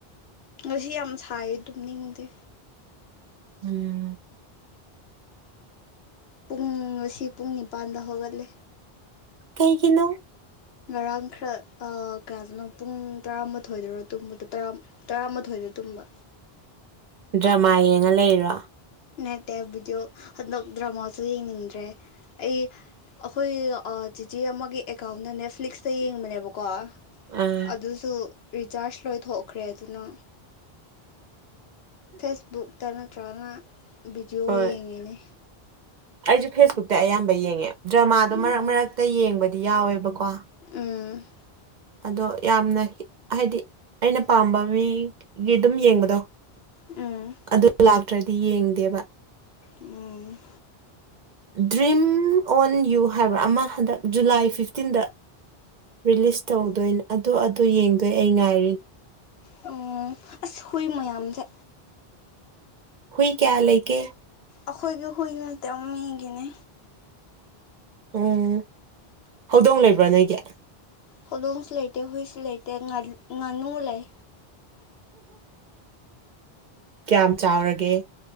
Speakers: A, on the left; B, on the right.
A: ꯉꯁꯤ ꯌꯥꯝ ꯁꯥꯏ ꯇꯨꯝꯅꯤꯡꯗꯦ
B: ꯎꯝ
A: ꯄꯨꯡ ꯉꯁꯤ ꯄꯨꯡ ꯅꯤꯄꯥꯟꯗ ꯍꯧꯒꯠꯂꯦ
B: ꯀꯩꯒꯤꯅꯣ
A: ꯉꯔꯥꯡ ꯈꯔ ꯑ ꯀꯌꯥꯗꯅꯣ ꯄꯨꯡ ꯇꯔꯥꯃꯥꯊꯣꯏꯗꯔꯣ ꯇꯨꯝꯕꯗꯣ ꯇꯔꯥ ꯇꯔꯥꯃꯥꯊꯣꯏꯗ ꯇꯨꯝꯕ
B: ꯗ꯭ꯔꯃꯥ ꯌꯦꯡꯉ ꯂꯩꯔꯤꯔꯣ
A: ꯅꯠꯇꯦ ꯚꯤꯗꯤꯑꯣ ꯍꯟꯗꯛ ꯗ꯭ꯔꯃꯥꯁꯨ ꯌꯦꯡꯅꯤꯡꯗ꯭ꯔꯦ ꯑꯩ ꯑꯈꯣꯏ ꯆꯤꯆꯦ ꯑꯃꯒꯤ ꯑꯦꯀꯥꯎꯟꯗ ꯅꯦꯐ꯭ꯂꯤꯛꯁꯇ ꯌꯦꯡꯕꯅꯦꯕꯀꯣ
B: ꯑꯥ
A: ꯑꯗꯨꯁꯨ ꯔꯤꯆꯥꯔꯖ ꯂꯣꯏꯊꯣꯛꯈ꯭ꯔꯦ ꯑꯗꯨꯅ ꯐꯦꯁꯕꯨꯛꯇ ꯅꯠꯇ꯭ꯔꯒꯅ ꯚꯤꯗꯤꯑꯣ
B: ꯍꯣꯏ
A: ꯌꯦꯡꯉꯤꯅꯦ
B: ꯑꯩꯁꯨ ꯐꯦꯁꯕꯨꯛꯇ ꯑꯌꯥꯝꯕ ꯌꯦꯡꯉꯦ ꯗ꯭ꯔꯃꯥꯗꯣ
A: ꯎꯝ
B: ꯃꯔꯛ ꯃꯔꯛꯇ ꯌꯦꯡꯕꯗꯤ ꯌꯥꯎꯋꯦꯕꯀꯣ
A: ꯎꯝ
B: ꯑꯗꯣ ꯌꯥꯝꯅ ꯍꯥꯏꯗꯤ ꯑꯩꯅ ꯄꯥꯝꯕ ꯃꯤꯒꯤꯗꯨꯝ ꯌꯦꯡꯕꯗꯣ
A: ꯎꯝ
B: ꯑꯗꯨ ꯂꯥꯛꯇ꯭ꯔꯗꯤ ꯌꯦꯡꯗꯦꯕ
A: ꯎꯝ
B: ꯗ꯭ꯔꯤꯝ ꯑꯣꯟ ꯌꯨ ꯍꯥꯏꯕ꯭ꯔꯥ ꯑꯃ ꯍꯟꯗꯛ ꯖꯨꯂꯥꯏ ꯐꯤꯐꯇꯤꯟꯗ ꯔꯤꯂꯤꯁ ꯇꯧꯗꯣꯏꯅꯦ ꯑꯗꯨ ꯑꯗꯨ ꯌꯦꯡꯗꯣꯏ ꯑꯩ ꯉꯥꯏꯔꯤ
A: ꯎꯝ ꯍꯨꯏ ꯃꯌꯥꯝꯁꯦ
B: ꯍꯨꯏ ꯀꯌꯥ ꯂꯩꯒꯦ
A: ꯑꯈꯣꯏꯒꯤ ꯍꯨꯏ ꯅꯠꯇꯦ ꯃꯤꯒꯤꯅꯦ
B: ꯎꯝ ꯍꯧꯗꯣꯡ ꯂꯩꯕ꯭ꯔ ꯅꯣꯏꯒꯤ
A: ꯍꯧꯗꯣꯡꯁꯨ ꯂꯩꯇꯦ ꯍꯨꯏꯁꯨ ꯂꯩꯇꯦ ꯉꯥꯅꯨ ꯂꯩ
B: ꯀ꯭ꯌꯥꯝ ꯆꯥꯎꯔꯒꯦ